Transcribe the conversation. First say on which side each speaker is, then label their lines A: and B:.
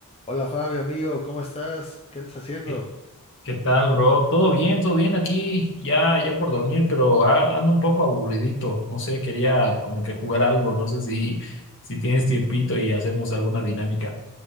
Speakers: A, on the left; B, on the left.
A: Hola Fabio, amigo, ¿cómo estás? ¿Qué andas haciendo?
B: ¿Qué qué tal, bro? Todo bien, todo bien aquí, ya, ya por dormir, pero a- ando un poco aburridito. No sé, quería como que jugar algo, no sé si, <laughs> si tienes tiempito y hacemos alguna dinámica.